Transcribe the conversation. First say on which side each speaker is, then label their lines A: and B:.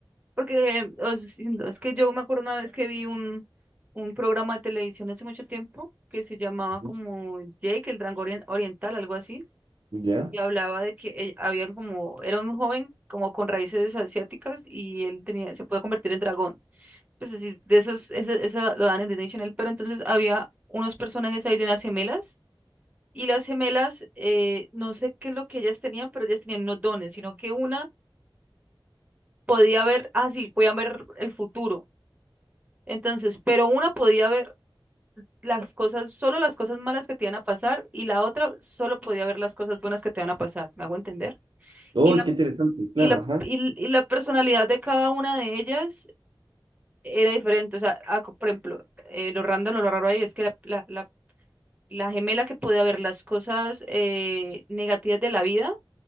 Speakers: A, on the right (about 15°); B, on the right (about 65°).
A: Porque o si no, es que yo me acuerdo una vez que vi un, un programa de televisión hace mucho tiempo que se llamaba
B: Ujú.
A: como Jake, el Dragón orien- Oriental, algo así,
B: ¿Ya?
A: y hablaba de que eh, habían como, era un joven como con raíces asiáticas y él tenía, se puede convertir en dragón. Pues así, de esos, ese, ese lo dan en Disney Channel, pero entonces había unos personajes ahí de unas gemelas, y las gemelas, eh, no sé qué es lo que ellas tenían, pero ellas tenían unos dones, sino que una podía ver, ah, sí, podían ver el futuro Entonces, pero una podía ver las cosas, solo las cosas malas que te iban a pasar y la otra solo podía ver las cosas buenas que te van a pasar, ¿me hago entender?
B: Oh,
A: Y la,
B: qué interesante, claro,
A: y la,
B: ajá.
A: y, y la personalidad de cada una de ellas era diferente, o sea, ah, co- por ejemplo, eh, lo random o lo raro ahí es que la, la, la, la gemela que podía ver las cosas eh, negativas de la vida,